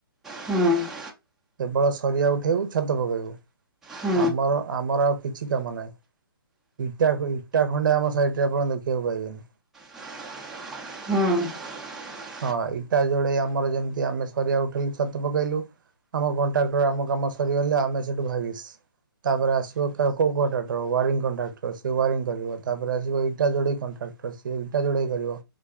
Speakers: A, in the centre; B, on the right (about 55°).
A: ହୁଁ <inaudible>
B: କେବଳ ସରିଆ ଉଠାଇବୁ ଛାତ ପକାଇବୁ
A: ହଁ ହଁ
B: ଆମର ଆମର ଆଉ କିଛି କାମ ନାହିଁ। ଇଟା ଖୋଇ ଇଟା ଖଣ୍ଡେ ଆମ ସାଇଟ୍ ରେ ଆପଣ ଦେଖିବାକୁ ପାଇବେନି।
A: <inaudible> ହୁଁ
B: ହଁ ଇଟା ଯୋଡେଇ ଆମର ଯେମିତି ଆମେ ସିରିଆ ଉଠେଇିଲୁ ଛାତ ପକେଇଲୁ। ଆମ କଣ୍ଟ୍ରାକ୍ଟର ଆମ କାମ ସରିଗଲେ ଆମେ ସେଇଠୁ ଭାଗିସ୍। ତା ପରେ ଆସିବ କା କୋଉ କଣ୍ଟ୍ରାକ୍ଟର ୱାରିଂ କଣ୍ଟ୍ରାକ୍ଟର ସେ ୱାରିଂ କରିବ, ତାପରେ ଆସିବ ଇଟା ଯୋଡେଇ କଣ୍ଟ୍ରାକ୍ଟ ତ ସିଏ ଇଟା ଯୋଡେଇ କରିବ।